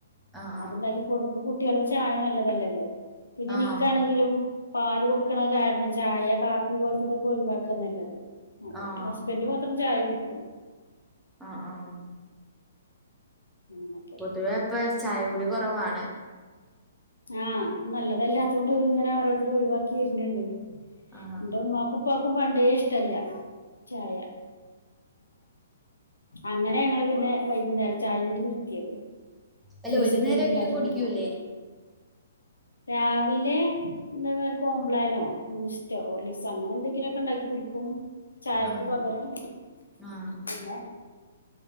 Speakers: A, in the centre; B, on the left.
A: ആഹ്
B: അതുണ്ടാക്കി കൊടുക്കും കുട്ടികൾക്ക് ചായ നല്ലതല്ലല്ലോ പിന്നെ
A: ആഹ് ആഹ്
B: നിക്കാണെങ്കിലും പാല് കൊടുക്കണ കാരണം ചായ കാപ്പി പോലത്തെ ഇതൊക്കെ ഒഴിവാക്ക നല്ലത് അതെ
A: ആഹ്
B: ഹസ്ബന്റ് മാത്രം ചായ കുടിക്കും
A: ആഹ് ആഹ്
B: അങ്ങനെയൊക്കെ
A: പൊതുവെ ഇപ്പ ചായ കുടി കുറവാണ്
B: ആഹ് നല്ലതല്ലാത്തൊണ്ട് ഇങ്ങനെ ഓരോരുത്തരെ ഒഴിവാക്കി <unintelligible>
A: ആഹ്
B: എന്റെ ഉമ്മാക്കും ഉപ്പക്കും പണ്ടേ ഇഷ്ടല്ല ചായ അങ്ങനെ ഞങ്ങള് പിന്നെ വൈകുന്നേരം ചായ കുടി നിർ ത്തിയത്
A: അല്ല
B: ജ്യൂസ്
A: ഒരു
B: എന്തെങ്കിലും
A: നേരെങ്കിലും
B: ഇണ്ടാക്കി
A: കുടിക്കൂലേ
B: കുടിക്കും രാവിലെ എന്താവേറെ കോബ്ലാനോ ബൂസ്റ്റോ ഹോർളിക്സോ അങ്ങനെ എന്തെങ്കിലൊക്കെ ഉണ്ടാക്കി കുടിക്കും ചായക്ക്
A: ആഹ്
B: പകരം
A: ആഹ്
B: പിന്നെ